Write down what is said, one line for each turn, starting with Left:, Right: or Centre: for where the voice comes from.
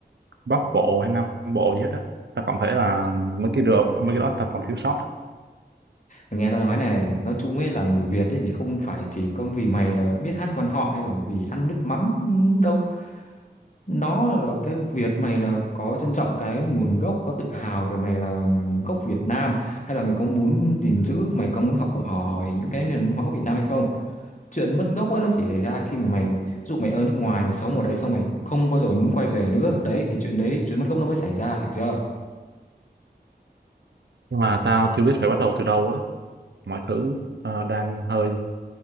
Right: Bắc Bộ hay Nam Bộ gì hết á tao cảm thấy là mấy cái được mấy cái đó tao còn thiếu sót á.
Left: Mày nghe tao nói này, nói chung ấy là người Việt ấy thì không phải chỉ có vì mày là biết hát quan họ hay là vì ăn nước mắm đâu. Nó là cái Việt mày là có trân trọng cái nguồn gốc, có tự hào về mày là gốc Việt Nam hay là mày có muốn gìn giữ, mày có muốn học hỏi những cái nền văn hóa của Việt Nam hay không? Chuyện mất gốc ấy nó chỉ xảy ra khi mà mày dụ mày ở nước ngoài, mày sống ở đấy xong mày không bao giờ mày muốn quay về nữa. Đấy thì chuyện đấy, chuyện mất gốc nó mới xảy ra, hiểu chưa?
Right: nhưng mà tao chưa biết phải bắt đầu từ đâu á mọi thứ à, đang hơi